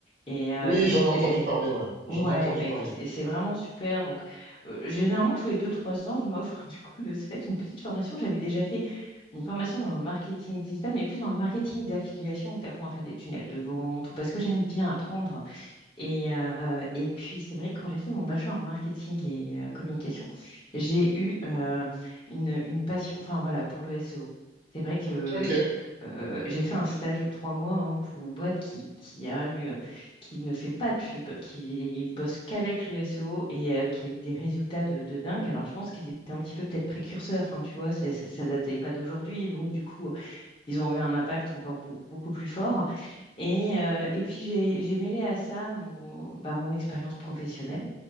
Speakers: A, on the left; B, on the right.
A: Et euh,
B: Oui,
A: donc,
B: j'en ai
A: j'ai-
B: entendu parler, ouais. J'en
A: ouais,
B: ai entendu
A: bah,
B: parler.
A: écoute, c'est c'est vraiment super. Donc, euh, généralement, tous les deux-trois ans, je m'offre, <laughs> du coup, de ce fait, une petite formation. J'avais déjà fait une formation dans le marketing digital, mais plus dans le marketing d'affiliation où tu apprends à faire des tunnels de vente ou parce que j'aime bien apprendre et, euh, et puis, c'est vrai que quand j'ai fait mon bachelor en marketing et euh, communication, j'ai eu euh, une, une passion, enfin voilà, pour le SEO. C'est vrai que
B: Ok,
A: euh, j'ai fait un stage de trois mois hein, pour une boîte qui, qui a eu, euh, qui ne fait pas de pub, qui bosse qu'avec le SEO et euh, qui a eu des résultats de, de dingue. Alors, je pense qu'ils étaient un petit peu peut-être précurseurs, enfin, tu vois, c'est- ça, ça datait pas d'aujourd'hui. Donc, du coup, ils ont eu un impact encore bou- beaucoup plus fort. Et, euh, et puis j'ai j'ai mêlé à ça mon, bah, mon expérience professionnelle,